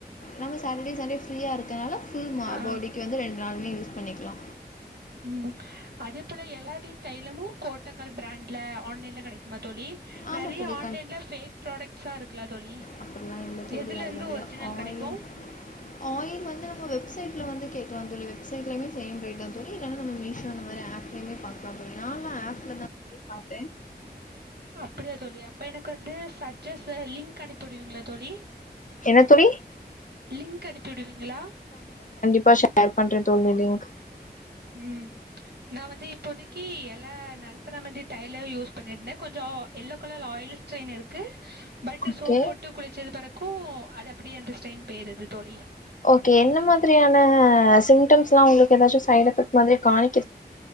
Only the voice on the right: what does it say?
ஆ
ம் அதே போல எலாடி தைலமு கோட்டக்கால் பிராண்ட்ல ஆன்லைன்ல கெடைக்குமா தோழி
நெறைய
ஆன்லைன்ல ஃபேக் ப்ராடக்ட்ஸா இருக்குலா தோழி
எதுல
இருந்து
ஒரிஜினல்
கெடைக்கு
அப்டியா தோழி அப்ப எனக்கு வந்து சஜ்ஜஸ்ஸ லிங்க் அனுப்பி விடுவீங்களா தோழி
லிங்க் அனுப்பி விடுவீங்களா?
ம் நா வந்து இப்போதக்கி எல நல்பறமதி தைலோ யூஸ் பண்ணிருந்த கொஞ்சோ எல்லோ கலர்ல ஆயில் ஸ்டெய்ன் இருக்கு பட்
சோப் போட்டு குளிச்சது பெறகு கோ அது அப்படியே அந்த ஸ்டெய்ன் பேயிருது தோழி